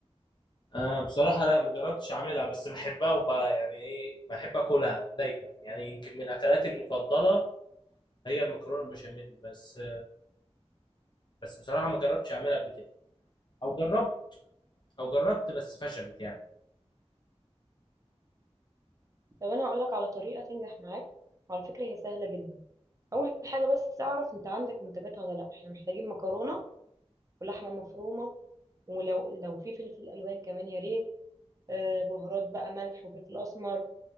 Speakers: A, on the left (about 45°); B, on the right (about 30°).
A: آه بصراحه لا ما جربتش اعملها بس بحبها وب يعني ايه بحب اكلها دايما يعني يمكن من اكلاتي المفضله هي المكرونه البشاميل بس بس بصراحه ما جربتش اعملها قبل كده او جربت او جربت بس فشلت يعني
B: لو انا هقولك على طريقه تنجح معاك وعلى فكره هي سهله جدا اول حاجه بس اعرف انت عندك منتجات ولا لا احنا محتاجين مكرونه ولحمه مفرومه ولو لو في فلفل الوان كمان يا ريت آه، بهارات بقى ملح وفلفل اسمر